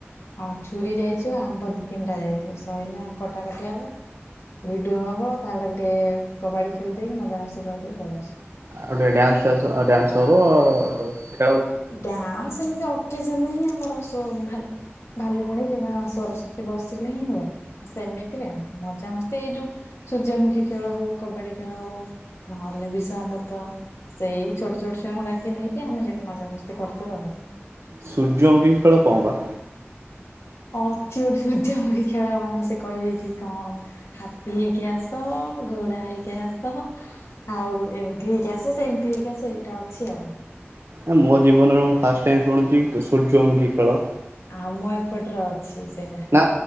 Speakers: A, on the left; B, on the right.
A: ଆଉ ଛୁରୀ ଯାଇଥିବ ଆମ୍ବ ଦି ତିନିଟା ଯାଇଥିବ ସଇଲା କଟାକଟି ହବ। ଭିଡ଼ିଓ ହବ ତାପରେ ଟିକେ କବାଡ଼ି ଖେଳିଦେଇ ମଜାମସ୍ତି କରିଦେଇ ପଳେଇ ଆସୁ।
B: ଆଉ ଟିକେ ଡ୍ୟାନ୍ସ ଫ୍ୟାନ୍ସ ଆଉ ଡ୍ୟାନ୍ସ ହବ ଆଉ
A: ଡ୍ୟାନ୍ସ ଏମତି ଅକେଜନରେହିଁ ଆମର ଶୋ ଭାରତ ଭାଲୁକୁଣି କିମ୍ବା ସରସ୍ୱତୀ ବସିଲେ ହିଁ ହୁଏ। ସେମିତି ହୁଏନା ମଜାମସ୍ତି ଏଇ ଯୋଉ ସୂର୍ଯ୍ୟମୁଖୀ ଖେଳ ହଉ କବାଡି ଖେଳ ହଉ ନହେଲେ ବିଷ ଆମ୍ବୃତ ସେଇ ଛୋଟ ଛୋଟ ଛୁଆ ଙ୍କୁ ଡାକିକି ନେଇକି ଆମେ ସେଠି ମଜା କରୁ। ସ୍ତେ କରିଥିବା
B: ସୂର୍ଯ୍ୟମୁଖୀ ଖେଳ କଅଁ ପା?
A: ଅକ୍ଷୟ ତୃତୀୟା <unintelligible> ଖେଳ ମାନେ ସିଏ କହିବେ କି କଣ। ହାତୀ ହେଇକି ଆସ ଘୋଡା ହେଇକି ଆସ। ଆଉ ଏମିତି ହେଇକି ଆସ ସେମିତି ହେଇକି ଏଇଟା ଅଛି ଆଉ।
B: ଆ ମୋ ଜୀବନରେ ମୁଁ ଫାଷ୍ଟ ଟାଇମ ଶୁଣୁଛି ସୂର୍ଯ୍ୟମୁଖୀ ଖେଳ।
A: ଆମ ଏପଟରେ ଅଛି ସେଏଟା।
B: ନା